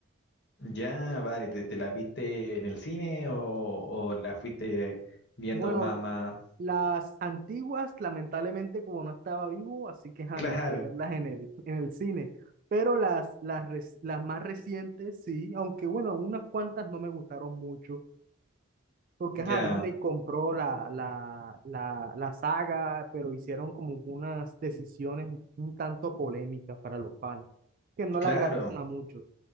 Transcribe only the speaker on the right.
Bueno,
las antiguas, lamentablemente, como no estaba vivo, así que ja,
no pude verlas en el, en el cine. Pero las, las, rec- las más recientes, sí, aunque bueno, unas cuantas no me gustaron mucho Porque ajá,
Disney compró la, la, la, la saga, pero hicieron como unas decisiones un tanto polémicas para los fans, que no
la agradaron a muchos.